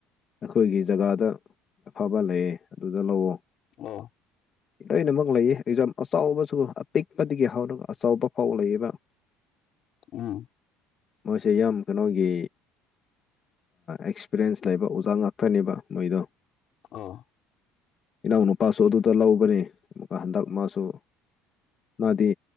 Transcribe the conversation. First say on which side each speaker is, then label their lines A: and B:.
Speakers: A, on the left; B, on the left.
A: ꯑꯩꯈꯣꯏꯒꯤ ꯖꯒꯥꯗ ꯑꯐꯕ ꯂꯩꯌꯦ ꯑꯗꯨꯗ ꯂꯧꯋꯣ
B: ꯑꯣ
A: ꯂꯣꯏꯅꯃꯛ ꯂꯩꯌꯦ ꯑꯦꯛꯖꯥꯝ ꯑꯆꯧꯕꯁꯨ ꯑꯄꯤꯛꯄꯗꯒꯤ ꯍꯧꯔꯒ ꯑꯆꯧꯕꯥ ꯐꯥꯎꯕ ꯂꯩꯌꯦꯕ
B: ꯎꯝ
A: ꯃꯣꯏꯁꯦ ꯌꯥꯝ ꯀꯩꯅꯣꯒꯤ ꯑꯦꯛꯁ꯭ꯄꯤꯔꯤꯌꯦꯟꯁ ꯂꯩꯕ ꯑꯣꯖꯥ ꯉꯥꯛꯇꯅꯦꯕ ꯃꯣꯏꯗꯣ
B: ꯑꯥ
A: ꯏꯅꯥꯎꯅꯨꯄꯥꯁꯨ ꯑꯗꯨꯗ ꯂꯧꯕꯅꯤ ꯑꯃꯨꯀ ꯍꯟꯗꯛ ꯃꯥꯁꯨ ꯃꯥꯗꯤ